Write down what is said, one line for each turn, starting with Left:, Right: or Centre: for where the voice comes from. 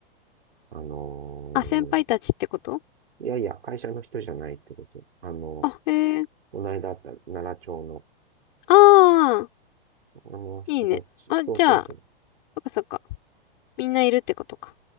Right: あの、
Left: あ、先輩たちってこと
Right: いやいや、会社の人じゃないってこと。あの、
Left: あ、へえ。
Right: この間あった奈良町の、
Left: ああ、
Right: あの人たち、
Left: いいね。あ、
Right: そうそうそう、
Left: じゃあ、そっかそっか。みんないるってことか。